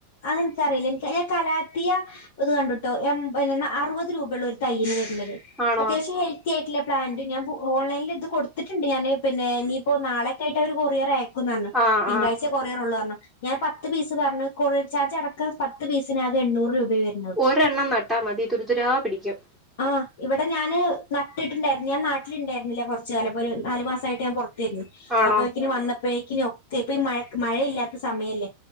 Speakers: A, on the left (about 55°); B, in the centre.
A: അതെനിക്കറിയില്ല എനിക്ക് ഞാൻ കലാത്തിയ ഇത് കണ്ടിട്ടോ എ അറുപത് ത് രൂപയള്ള ഒരു തയ്യന് വരുന്നത്
B: ആണോ
A: അത്യാവശ്യം ഹെ ത്തിയായിട്ടുള്ള പ്ലാന്റ് ഞാൻ ഓൺലൈനിൽ ഇത് കൊടുത്തിട്ടുണ്ട് ഞാന് പിന്നെ ഇനിയിപ്പോ നാളക്കായിട്ട് ഒര കൊറിയർ ആയ ക്കുന്ന് പറഞ്ഞ്
B: ആ
A: തിങ്കളഴ്
B: ആ
A: ചകൊറിയറള്ളൂന്ന് പറഞ്ഞ ഞാൻ പത്ത്പീസ് പറഞ്ഞ് കൊറിയ ചാജ് അടക്ക പത്ത് പീസിന് ആകെ എണ്ണൂറ്രൂപ വരും
B: ഒരെണ്ണം നട്ടാൽ മതി തുരിതുരാ പിടിക്കും
A: ആഹ ഇവിടെ ഞാന് നട്ടിട്ടുണ്ടായിരുന്നു ഞാൻ നാട്ടിലുണ്ടായിന്നില്ല കുറച്ച കാലപ്പോ ഒരു നാല് മാസയിട്ട് ഞാൻ പുറത്തരുന്നു
B: ആണോ
A: അപ്പഴേക്കിനി വന്നപ്പോഴേക്കിന ഒക്കെ ഇപ്പ ഈ മഴ മഴയില്ലാത്ത സമയല്ലേ